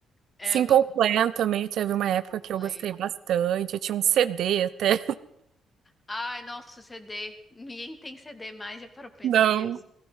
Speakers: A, on the left; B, on the right.
A: É,
B: Simple
A: eu gosto
B: Plan
A: de
B: também teve uma
A: Simple
B: época que
A: Plan.
B: eu gostei bastante. Eu tinha um CD até.
A: Ai, nossa, CD. Ninguém tem CD mais, já parou pra
B: Não.
A: pensar nisso?